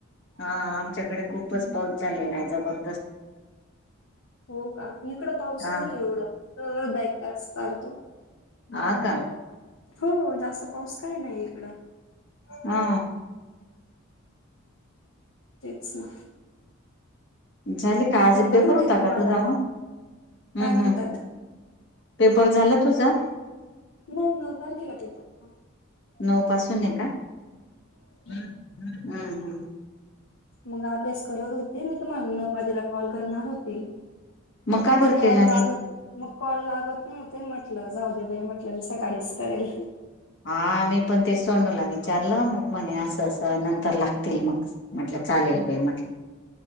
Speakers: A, on the left; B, on the left.
A: हा आमच्याकडे खूपच पाऊस झालेला आहे जबर
B: हो का इकड पावसा
A: हा
B: एवडं तर द एक तास चालतो
A: ह का
B: हो जास्त पाऊस काय नाही इकडं
A: हा
B: तेचछा
A: झाले का
B: मी
A: आज
B: करणार
A: पेपर
B: होते
A: होता
B: तुम्हाला
A: का तुझा मग
B: काय
A: हम्म
B: म्हणतयात
A: हम्म पेपर झाला तुझा
B: नाही नऊ तारखेला ते तर
A: नऊ पासून आहे का हम् ह
B: मग अभ्यास करत होते मी तुम्हाला नऊ वाजेला कॉल करणार होते
A: मग
B: पण
A: का बर
B: ते
A: केला
B: कॉल लागत
A: नाही
B: मग कॉल लागत नव्हते म्हटलं जाऊदबाई म्हट कल्या म सकाळीच करेल
A: हा मी पण ते सोनूला विचारलं मग म्हणे असं असं नंतर लागतील मग म्हटलं चालेल काई म्हटलं